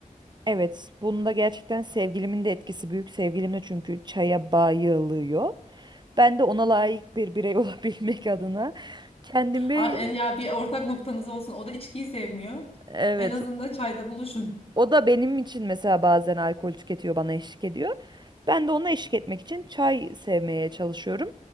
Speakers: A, on the right; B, on the left.
A: Evet, bunda gerçekten sevgilimin de etkisi büyük. Sevgilim de çünkü çaya bayılıyor. Ben de ona layık bir birey <laughs> olabilmek adına kendimi
B: Aa, en- Ya bir ortak noktanız olsun. O da içkiyi sevmiyor.
A: evet
B: En azından çayda buluşun.
A: O da benim için mesela bazen alkol tüketiyor, bana eşlik ediyor. Ben de ona eşlik etmek için çay sevmeye çalışıyorum